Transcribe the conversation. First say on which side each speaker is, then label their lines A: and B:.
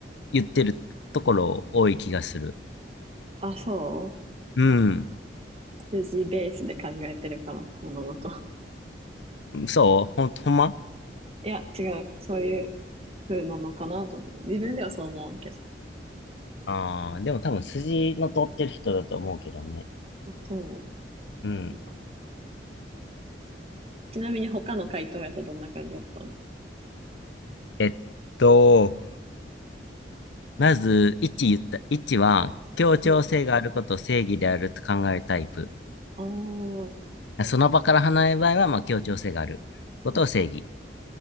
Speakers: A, on the left; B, on the right.
A: 言ってるところ多い気がする。
B: あ、そう
A: うん。
B: 数字ベースで考えてるかな、物事。
A: そうほん、ほんま
B: <laughs> いや、違う。そういう風なのかなと思って。自分ではそう思わんけど。
A: ああー、でも多分筋の通ってる人だと思うけどね。
B: あ、そ
A: うん。
B: う。よか。ちなみに他の回答やとどんな感じだったの
A: えっと、まず、1言った。1は、協調性があることを正義であると考えるタイプ。
B: うん。ああ、う
A: その場から離れる場合は、まあ、協調性があることを正義。
B: んうん